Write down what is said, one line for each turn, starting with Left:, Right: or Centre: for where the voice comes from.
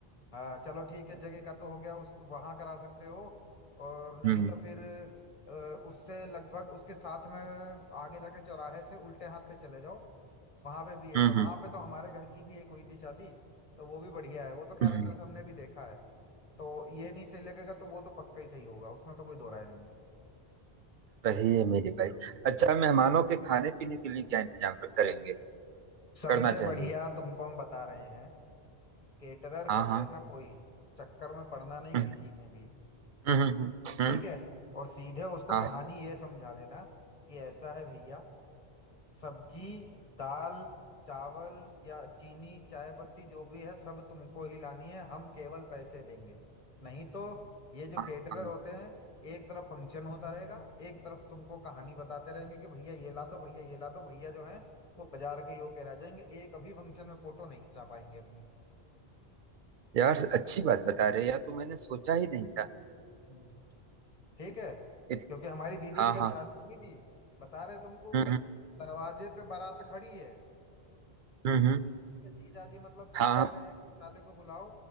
Left: हाँ चलो ठीक है जगह का तो हो गया उस वहां करा सकते हो और नहीं
Right: हम्म
Left: तो फिर अ, उससे लगभग उसके साथ में आगे जाके चौराहे से उल्टे हाथ पे चले जाओ वहां पे भी एक
Right: हम्म
Left: वहां
Right: हम्म
Left: पे तो हमारे घर की भी एक हुई थी शादी तो वो भी बढ़िया है वो तो खैर
Right: हम्म।
Left: अंदर से हमने भी देखा है तो ये नहीं सही लगेगा तो वो तो पक्का ही सही होगा उसमें तो कोई दो राय नहीं है
Right: सही है मेरे भाई अच्छा मेहमानों के खाने पीने के लिए क्या इंतजाम करेंगे
Left: सबसे
Right: करना चाहिए
Left: बढ़िया तुमको हम बता रहे हैं केटरर
Right: हाँ
Left: कर
Right: हाँ
Left: लेना कोई चक्कर में पड़ना नहीं
Right: हम्म
Left: किसी में भी
Right: हम्म हम्म हम्म,
Left: ठीक है और सीधे उसको
Right: हाँ
Left: कहानी
Right: हाँ
Left: ये समझा देना कि ऐसा है भैया सब्जी दाल चावल या चीनी चाय पत्ती जो भी है सब तुमको ही लानी है हम केवल पैसे देंगे नहीं तो ये जो
Right: हाँ
Left: केटरर
Right: हाँ।
Left: होते हैं एक तरफ फंक्शन होता रहेगा एक तरफ तुमको कहानी बताते रहेंगे कि भैया ये ला दो भैया ये ला दो भैया जो है वो बाजार के यो कह रह जाएंगे एक अभी फंक्शन में फोटो नहीं खिंचा पाएंगे अपनी
Right: यार अच्छी बात बता रहे हो, यार तो मैंने सोचा ही नहीं था
Left: हम्म। ठीक है
Right: इत,
Left: क्योंकि हमारी दीदी
Right: हाँ
Left: की जब
Right: हाँ
Left: शादी हुई थी बता रहे तुमको
Right: हम्म हम्म
Left: दरवाजे पे बारात खड़ी है
Right: हम्म हम्म,
Left: ठीक है जीजा जी मतलब सब
Right: हाँ
Left: कह रहे हैं कि साले को बुलाओ